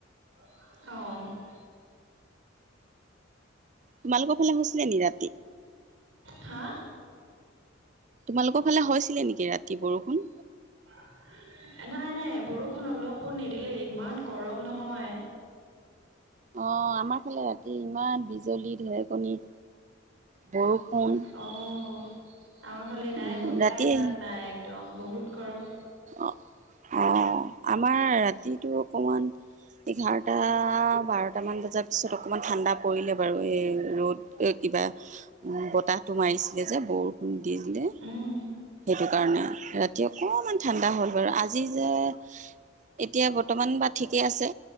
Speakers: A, on the right; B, on the right.
A: অঁ।
B: তোমালোকৰ ফালে হৈছিলে নেকি ৰাতি?
A: হা?
B: তোমালোকৰ ফালে হৈছিলে নেকি ৰাতি বৰষুণ?
A: <unintelligible> নাই নাই বৰষুণ অলপো নিদিলে ইমান গৰম নহয়।
B: অঁ' আমাৰ ফালে ৰাতি ইমান বিজলী ঢেৰেকণী। বৰষুণ
A: অঁ' আমাৰ ফালে নাই
B: উম
A: বতাহ
B: ৰাতিয়ে
A: এজাক নাই। একদম বহুত গৰম।
B: অঁ' অঁ' আমাৰ ৰাতিটো অকমান- এঘাৰটা বাৰটামান বজাৰ পিছত অকণমান ঠাণ্ডা পৰিলে বাৰু এই ৰ'দ- এ কিবা উমঁ' বতাহটো মাৰিছিলে যে বৰষুণ দি দিলে।
A: উম
B: সেইটো কাৰণে ৰাতি অকণমান ঠাণ্ডা হ'ল বাৰু। আজি যে- এতিয়া বৰ্তমান বা ঠিকেই আছে,